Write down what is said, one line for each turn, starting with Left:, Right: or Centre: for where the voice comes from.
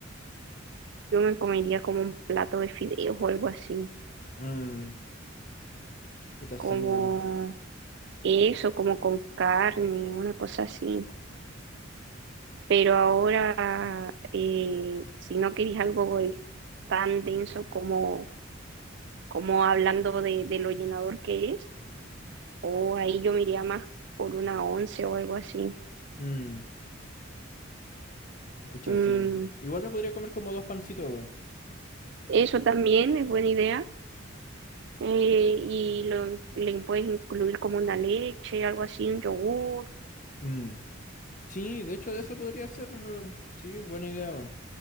Right: Yo me comería como un plato de fideos o algo así,
Left: Mm, Puta,
Right: como
Left: sí, weón.
Right: eso, como con carne, una cosa así. Pero ahora, eh, si no queréis algo eh, tan denso como, como hablando de, de lo llenador que es, o ahí yo me iría más por una once o algo así.
Left: Mm, pucha,
Right: Mm,
Left: sí. Igual me podría comer como dos pancitos, weón.
Right: eso también es buena idea. eh, y lo, le puedes incluir como una leche, algo así, un yogur
Left: Mm. Sí, de hecho, de eso podría ser. weón. Sí, buena idea, weón.